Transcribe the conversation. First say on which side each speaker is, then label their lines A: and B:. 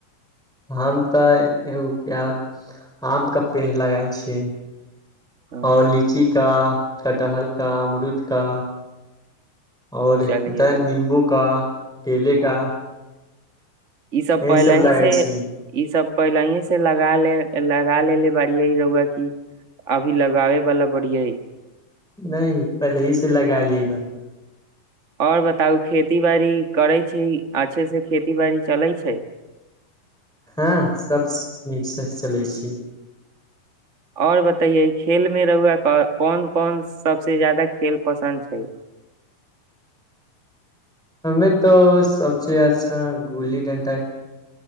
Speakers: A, in the centre; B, on the right (about 40°).
A: हम तऽ एगो क आम के पेड़ लगाइ छियै
B: हँ
A: आओर लीची का कटहल का मरूद का और
B: चलिए
A: होताै नीमबू का केले
B: हाँ,
A: का
B: ई सब
A: यही
B: पहिले ही
A: लगाइ
B: से
A: छी
B: ई सब पहिलहि से लग ले लगा लेलेे बड़िी रहौआ क अभी लगाबे बाला बड़ििया ह
A: नहि पलहिी से लगा लिय बने
B: आओर बताउ खेती बाड़ी करै छी अच्छे से खेती बाड़ी चलै छै
A: हँ सभ नीकसँ चलै छी
B: आओर बतइयए खेल मे रहुआ कोन कोन सबस जादा खेल पसन्द छै
A: हमे तो सबसँे अच्छा गुल्ली डंटाा